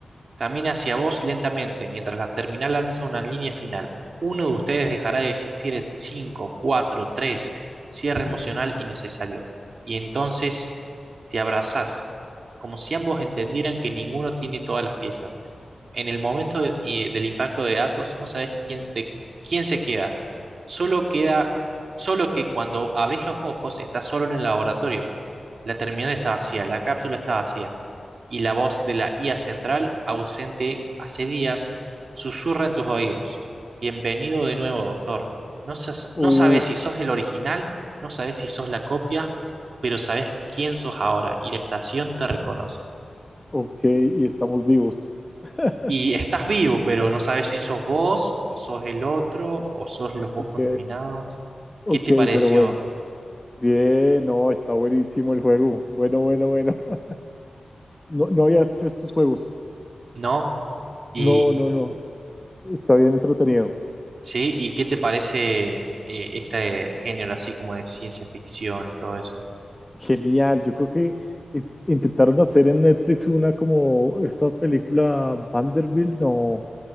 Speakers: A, on the right; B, on the left.
A: Camina hacia vos lentamente, mientras la terminal lanza una línea final. Uno de ustedes dejará de existir en cinco, cuatro, tres. Cierre emocional innecesario. Y entonces te abrazás, como si ambos entendieran que ninguno tiene todas las piezas en el momento de- eh, del impacto de datos no sabes quién, de quién se queda. Solo queda, solo que cuando abrís los ojos estás solo en el laboratorio. La terminal está vacía, la cápsula está vacía y la voz de la IA central, ausente hace días, susurra en tus oídos. Bienvenido de nuevo, doctor. No, sas-
B: Uf,
A: no sabes si sos el original, no sabes si sos la copia, pero sabes quién sos ahora y la estación te reconoce.
B: ok, y estamos vivos. <laughs>
A: Y estás vivo, pero no sabes si sos vos, o sos el otro, o sos los vos
B: Ok,
A: contaminados.
B: ok,
A: ¿Qué te pareció?
B: pero bueno. Bien, no, está buenísimo el juego. Bueno, bueno, bueno. <laughs> No, no había hecho estos juegos.
A: ¿No? Y
B: No, no, no. Está bien entretenido.
A: sí, ¿y qué te parece eh, este género así como de ciencia ficción y todo eso?
B: Genial. Yo creo que eh, intentaron hacer en Netflix una como esta película Vanderbilt, no.